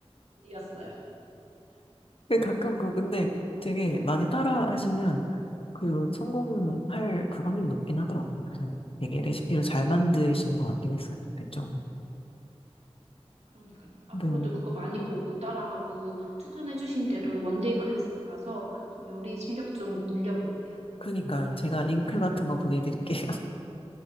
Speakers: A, on the right (about 85°); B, on the left (about 60°).
A: 요리였어요.
B: 근데 가끔 그 근데 되게 많이 따라 하시면 그 성공할 그 확률이 높긴 하더라고요. 그래서 되게 레시피를 잘 만드시는 것 같긴 했어요. 그죠?
A: 그러니까요. 앞으로도
B: 네.
A: 그거 많이 보고 따라하고 추천해주신 대로 원데이 클래스 가서 좀 요리 실력 좀 늘려볼게요.
B: 그러니까 제가 링크 같은 거 보내드릴게요. <laughs>